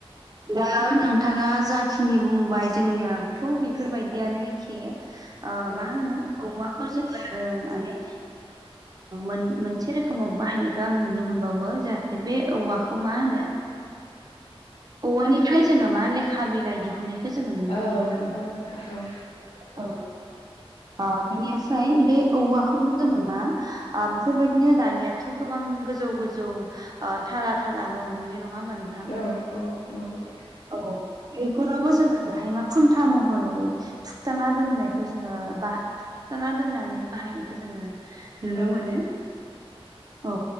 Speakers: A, on the right (about 40°); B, on the left (about 65°).
A: दायो नोंथाङा जाखिनि बुंबाय जोंनियाथ' बेफोरबायदियानो एखे ओ
B: औ
A: मा होनो औवाखौ जोङो माने मोनसे रोखोमाव बाहायनायखौ आं नुनो मोनबावो जाहाथे बे औवाखौ खौ मा होनो औवानिफ्राय जोङो मा लेखा बिलाइ दिहुननाय बेखौ जोङो नुनो
B: औ
A: मोनो आरो
B: नंगौ नोंथां औ
A: ओ बेनिफ्राय बे औवाखौनो जोङो मा आ बेफोरबायदिनो दानियाथ' गोबां गोजौ गोजौ थाला थाला न' लुयो नङा होमबा नों
B: औ औ नंगौ
A: औ बेफोरावबो जोङो बेहाय मा खुन्था महरै थुखथाना दोननायखौ जोङो बा खुरथथाना दोननानै बाहायनायखौ जोङो नुनो
B: औ
A: मोनो औ